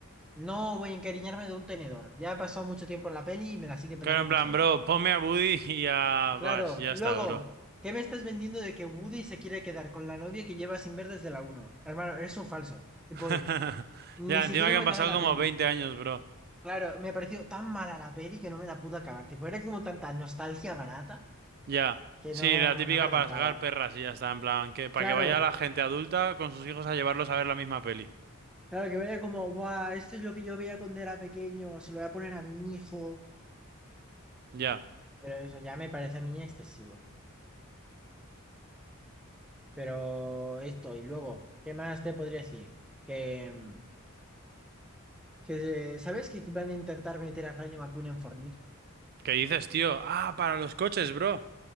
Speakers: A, in the centre; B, on the right.
A: no voy a encariñarme de un tenedor. Ya ha pasado mucho tiempo en la peli y me la sigue pelando
B: Claro, en
A: el
B: plan,
A: personaje.
B: bro, ponme a Buddy y ya
A: Claro,
B: vas, ya
A: luego,
B: está, bro.
A: ¿qué me estás vendiendo de que Woody se quiere quedar con la novia que lleva sin ver desde la uno, Hermano, eres un falso. Tipo,
B: <laughs>
A: ni
B: Ya,
A: siquiera
B: encima que
A: me
B: han
A: acabé
B: pasado
A: la
B: como
A: peli.
B: 20 años, bro.
A: Claro, me pareció tan mala la peli que no me la pude acabar. Tipo, era como tanta nostalgia barata
B: Ya.
A: que
B: Sí,
A: no,
B: la típica
A: no me rentaba.
B: para sacar perras y ya está, en plan, que para
A: Claro,
B: que vaya la gente adulta con sus hijos a llevarlos a ver la misma peli.
A: claro, que vaya como, guau, esto es lo que yo veía cuando era pequeño, se lo voy a poner a mi hijo.
B: Ya.
A: Pero eso ya me parece a mí excesivo. Pero esto, y luego, ¿qué más te podría decir? Que... mm, Que, eh, ¿sabes que van a intentar meter a Rayo McQueen en Fortnite?
B: ¿Qué dices, tío? Ah, para los coches, bro.